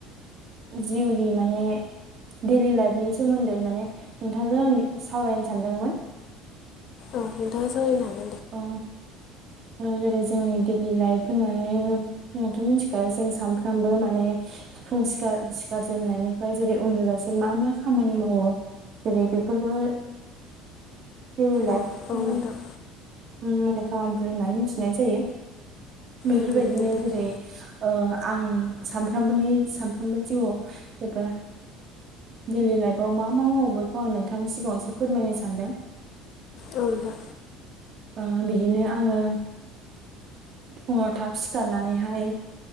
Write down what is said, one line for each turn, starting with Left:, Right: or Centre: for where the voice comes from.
Right: जिउनि माने डैलि लाइफनि सोमोन्दै माने नोंथांजों आं सावरायनो सानदोंमोन
Left: औ नोंथाङा सालायनांगोन
Right: अ जेरै जोंनि डैलि लाइफ होननानैथ' मिथिखायो जों सानफ्रामबो माने सि फुं सिखार सिखारजेननायनिफ्राय जेरै उन्दुजासिम मा मा खामानि मावो जेरै बेफोरबो जोंनि लाइफनि
Left: औ औ नोंथां
Right: खामानिफोर होननानै मिथिनाय जायो बेफोरबायदिनो
Left: उम उम
Right: जेरै ओ आं सानफ्रामबोनि सानफ्रामबो जिउआव एबा डैलि लाइफआव मा मा मावो बेखौ आं नोंथांनि सिगाङावसो फोरमायनो सानदों
Left: औ नंगौ
Right: ओ बिदिनो आङो फुङाव थाब सिखारनानैहाय